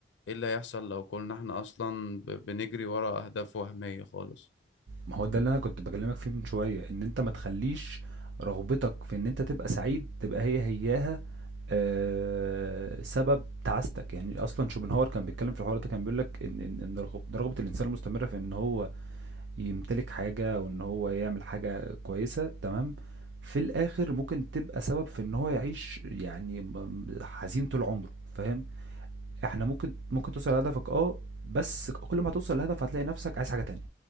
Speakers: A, on the left; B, on the right.
A: إيه اللي هيحصل لو كنا إحنا أصلا ب... بنجري ورا أهداف وهمية خالص
B: ما هو ده اللي انا كنت بكلمك فيه من شويه ان انت ما تخليش رغبتك في ان انت تبقى سعيد تبقى هي هياها آه سبب تعاستك يعني اصلا شوبنهاور كان بيتكلم في الحوار ده كان بيقول لك ان ان إن رغب- رغبه الانسان المستمره في ان هو يمتلك حاجه وان هو يعمل حاجه كويسه تمام في الاخر ممكن تبقى سبب في ان هو يعيش يعني م- حزين طول عمره فاهم احنا ممكن ممكن توصل لهدفك اه بس كل ما توصل لهدف هتلاقي نفسك عايز حاجه تانية